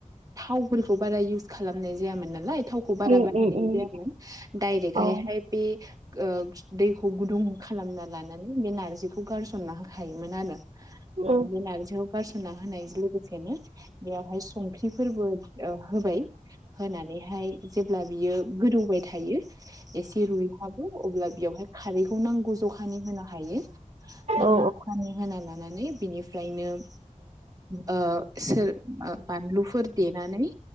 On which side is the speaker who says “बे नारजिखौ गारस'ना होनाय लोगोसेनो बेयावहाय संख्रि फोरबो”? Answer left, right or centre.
Right